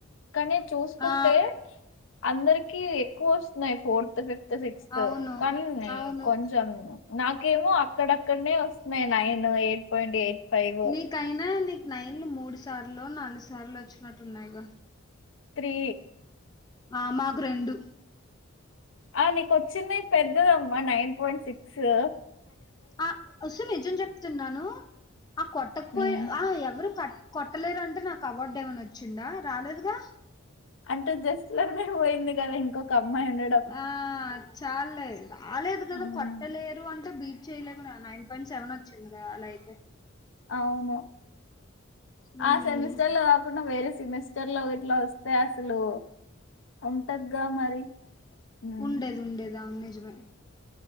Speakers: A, on the left; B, on the left.
A: కానీ చూస్కుంటే
B: ఆ
A: అందరికి ఎక్కువొస్తున్నాయ్ ఫోర్తు ఫిఫ్ ఫ్తో సిక్స్తో
B: అవును
A: కొని
B: అవును
A: కొంచమూ నాకేమో అక్కడక్కన్నే వస్తున్నయ్ nine eight point eight five
B: మీకైనా నీక్ నైండ్లు మూడు సార్లో, నాలు సార్లో వొచ్చినట్టున్నాయ్ గా
A: త్రీ
B: ఆ మాకు రెండు
A: ఆ నీకొచ్చింది పెద్దదమ్మా నైన్ పాయింట్ సిక్సూ
B: ఆ ఓస్సా నిజం జెప్తున్నాను. ఆ కొట్టక్ పోయి
A: ఉమ్.
B: ఆ ఎవ్వరు కట్ కొట్టలేరు అంటే నాక అవార్డు ఏమైనా వొచ్చిందా రాలేదుగా
A: అంటే జస్టు లోనే వోయింది గదా ఇంకొక అమ్మాయ్ ఉండ
B: ఆ చాల్లే రాలేదు గదా
A: ఉమ్.
B: కొట్టలేరు అంటే బీ చేయలేకున్నా నైన్ పాయింట్ సెవెనొచ్చిందిగదా అలా ఐతే
A: అవును
B: ఉమ్
A: ఆ సెమిస్టర్ లో గాక కున్న వేరే సెమిస్టర్ లో ఇట్లా వొస్తే అసలు ఉంటగ్గా మరి ఉమ్.
B: ఉండద్ ఉండేద్ అవున్ నిజమే